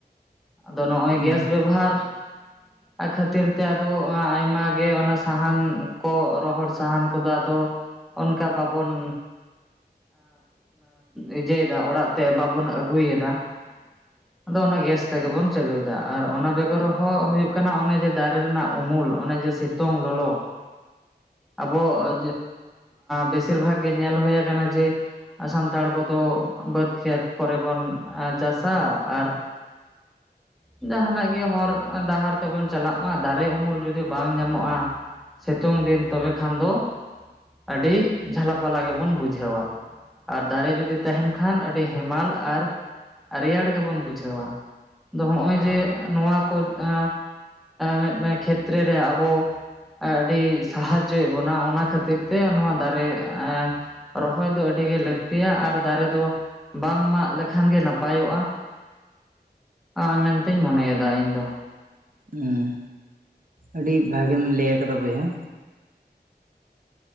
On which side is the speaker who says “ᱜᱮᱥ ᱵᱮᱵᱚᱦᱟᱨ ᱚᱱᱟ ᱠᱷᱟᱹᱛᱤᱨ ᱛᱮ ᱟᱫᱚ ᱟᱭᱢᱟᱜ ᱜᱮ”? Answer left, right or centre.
Centre